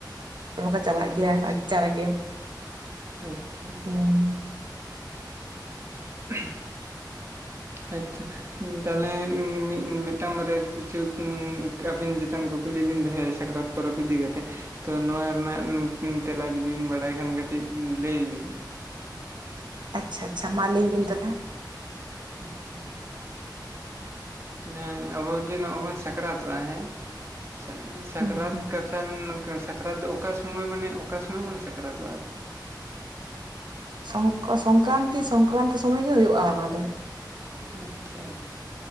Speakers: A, on the right; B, on the right.
A: ᱫᱚᱢᱮ ᱠᱚ ᱪᱟᱞᱟᱜ ᱜᱮᱭᱟ
B: ᱟᱪᱪᱷᱟ
A: ᱟᱪᱪᱟ ᱨᱮᱜᱮ
B: ᱟᱪᱪᱷᱟ
A: ᱦᱩᱸ
B: <inaudible> ᱠᱟᱪᱷᱟ ᱛᱟᱦᱚᱞᱮ ᱢᱤᱫᱴᱟᱝ ᱵᱟᱨᱭᱟ ᱠᱤᱪᱷᱩ ᱟᱹᱵᱤᱱ ᱪᱮᱛᱟᱱ ᱠᱩᱠᱞᱤ ᱞᱤᱧ ᱫᱚᱦᱚᱭᱟ ᱥᱟᱠᱨᱟᱛ ᱯᱚᱨᱚᱵᱽ ᱤᱫᱤ ᱠᱟᱛᱮ ᱛᱚ ᱱᱚᱣᱟ ᱨᱮᱱᱟᱜ ᱛᱮᱞᱟ ᱡᱩᱫᱤ ᱵᱤᱱ ᱵᱟᱲᱟᱭ ᱠᱷᱟᱱ ᱠᱟᱹᱴᱤᱡ ᱞᱟᱹᱭ ᱵᱤᱱ
A: ᱟᱪᱪᱷᱟ ᱟᱪᱪᱷᱟ ᱢᱟ ᱞᱟᱹᱭ ᱵᱤᱱ ᱛᱟᱦᱚᱞᱮ
B: ᱟᱪᱷᱟ ᱡᱟᱦᱟ ᱟᱵᱚ ᱡᱮ ᱱᱚᱜᱼᱚᱭ ᱵᱚᱱ ᱥᱟᱠᱨᱟᱛᱚᱜᱼᱟ ᱦᱮᱸ ᱪᱷᱟ ᱥᱟᱠᱨᱟᱛ
A: ᱦᱩᱸ ᱦᱩᱸ
B: ᱠᱟᱛ ᱛᱟᱱ ᱥᱟᱠᱨᱟᱛ ᱫᱚ ᱚᱠᱟ ᱥᱚᱢᱚᱭ ᱢᱟᱱᱮ ᱚᱠᱟ ᱥᱚᱢᱚᱭ ᱵᱚᱱ ᱥᱟᱠᱨᱟᱛᱚᱜᱼᱟ? ᱟᱨ
A: ᱥᱚᱝ ᱥᱚᱝᱠᱨᱟᱱᱛᱤ ᱥᱚᱝᱠᱨᱟᱱᱛᱤ ᱥᱚᱢᱚᱭ ᱜᱮ ᱦᱩᱭᱩᱜᱼᱟ ᱚᱱᱟ ᱫᱚ
B: ᱟᱪᱪᱷᱟ ᱟᱪ